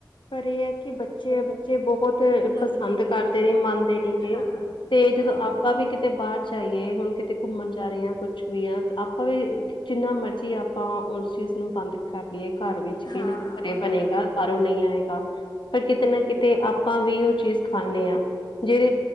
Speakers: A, on the left (about 85°); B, on the left (about 65°).
A: ਪਰ ਇਹ ਐ ਕਿ ਬੱਚ
B: ਪਰ
A: ਬੱਚੇ ਬਹੁਤ
B: ਮੰਨਦੇ
A: ਪਸੰਦ
B: ਨਹੀਂ
A: ਕਰਦੇ ਨੇ, ਮੰਨਦੇ ਨੀ ਗੇ।
B: ਹਾਂ
A: ਤੇ ਜਦੋਂ
B: ਹਾਂ
A: ਆਪਾਂ ਵੀ ਕਿਤੇ ਬਾਹਰ ਜਾਈਏ, ਹੁਣ ਕਿਤੇ ਘੁੰਮਣ ਜਾ ਰਹੇ ਆ, ਕੁੱਛ ਵੀ ਆ, ਤ ਆਪਾਂ ਵੀ ਜਿੰਨਾ ਮਰਜ਼ੀ ਆਪਾਂ ਉਸ ਚੀਜ਼ ਨੂੰ ਬੰਦ ਕਰ ਲਈਏ, ਘਰ ਵਿੱਚ ਕੇ
B: ਹਾਂ
A: ਨ ਘਰੇ ਬਣੇਗਾ,
B: ਹਾਂ
A: ਬਾਹਰੋਂ ਨਈ ਆ ਪਰ ਕਿਤੇ ਨਾ ਕਿਤੇ ਆਪਾਂ ਵੀ ਉਹ ਚੀਜ਼ ਖਾਂਨੇ ਆ, ਜਿਹੜੇ